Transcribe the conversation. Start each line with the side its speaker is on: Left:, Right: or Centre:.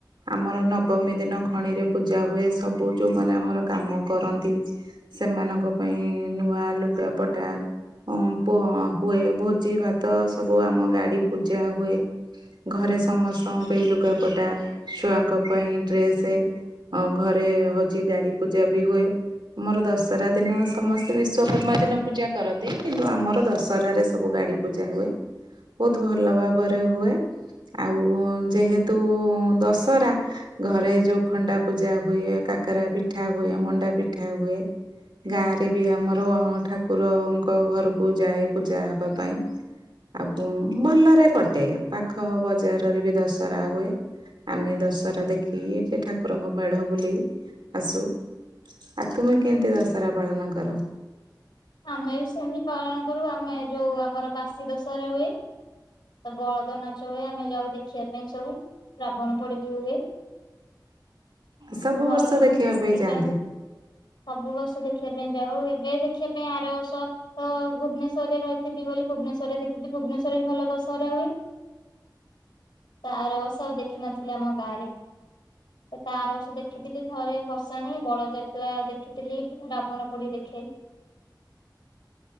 Right: ଆମର ନବମୀ ଦିନ ଖଣି ରେ ପୂଜା ହୁଏ ସବୁ ଯୋଉ ମାନ ଆମର କାମ କରନ୍ତି ସେମାନଙ୍କ ପାଇଁ ନୂଆ ଲୁଗାପଟା ଅ ପ ହୁଏ ଭୋଜି ଭାତ ସବୁ ଆମ ଗାଡି ପୂଜା ହୁଏ। ଘରେ ସମସ୍ତଙ୍କ ପାଇଁ ଲୁଗାପଟା ଛୁଆଙ୍କ ପାଇଁ ଡ୍ରେସ ଅ ଘରେ ହଉଛି ଗାଡି ପୂଜା ବି ହୁଏ। ଆମର ଦଶହରା ଦିନ ସମସ୍ତେ ବିଶ୍ଵକର୍ମା ଦିନ ପୂଜା କରନ୍ତି କିନ୍ତୁ ଆମର ଦଶହରାରେ ସବୁ ଗ ଗାଡ଼ି ପୂଜା ହୁଏ ବହୁତ ଭଲ ଭାବରେ ହୁଏ। ଆଉ ଯେହେତୁ ଦଶରା ଘରେ ଯୋଉ ଖଣ୍ଡା ପୂଜା ହୁଏ ତାକରା ପିଠା ହୁଏ ମଣ୍ଡା ପିଠା ହୁଏ। ଗାଁ ରେ ବି ଆମର ଠାକୁରଙ୍କ ଘରକୁ ଯାଏ ପୂଜା ହବା ପାଇଁ। ଆଉ ଭଲରେ କଟେ ପାଖ ବଜାରରେ ବି ଦଶହରା ହୁଏ। ଆମେ ଦଶହରା ଦେଖି ଠାକୁରଙ୍କ ମେଢ ବୁଲି ଆସୁ। ଆଉ ତୁମେ କେମିତି ଦଶହରା ପାଳନ କର?
Left: ଆମେ ବି ସେମିତି ପାଳନ କରୁ ଆମେ ଯୋଉ ଆମର ବାଶୀ ଦଶହରା ହୁଏ। ତ ବଳଦ ନାଚ ହୁଏ। ଯାଉ ଦେଖିବା ପାଇଁ ସବୁ। ରାବଣ ପୋଡି ବିି ହୁଏ।
Right: ସବୁ
Left: ସୁ ଘର
Right: ବର୍ଷ
Left: ଲୋକ
Right: ଦେଖିବା
Left: ମିଶିକି
Right: ପାଇଁ ଯାଆନ୍ତି
Left: ଯାଉ ସବୁ ବଷ ଦେଖି ପାଇଁ ଯାଉ ଏବେ ଦେଖିବା ପାଇଁ ଆରବର୍ଷ ତ ଭୁବନେଶ୍ଵରରେ ରହିଥିଲି ବୋଲି ଭୁବନେଶ୍ଵରରେଖଥିଲି। ଭୁବନେଶ୍ଵର ବି ଭଲ ଦଶହରା ହୁଏ। ତାର ଅସବ ଦେଖିନଥିଲି ଆମ ଗାଁରେ। ସେ ତାର ଅର ବର୍ଷ ଦେଖିଥିଲି ଘଥରେ ବସାଣି ବଳଯାତ୍ରା ଦେଖିଥିଲି ରାବଣ ପୋଡି ଦେଖେ।